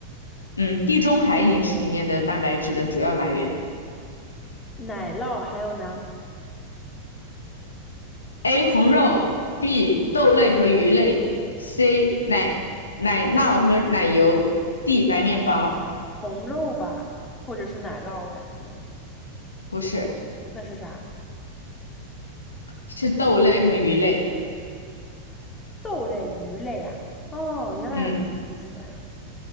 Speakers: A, on the left; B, on the left.
A: 嗯，地中海饮食里面的蛋白质的主要来源。
B: 奶酪还有呢，
A: A 红肉，B 豆类和鱼类，C 奶奶酪和奶油，D 白面包。
B: 红肉吧，或者是奶酪，我感觉
A: 不是，
B: 那是啥？
A: 是豆类和鱼类。
B: 豆类、鱼类啊。哦，原来如此。
A: 嗯，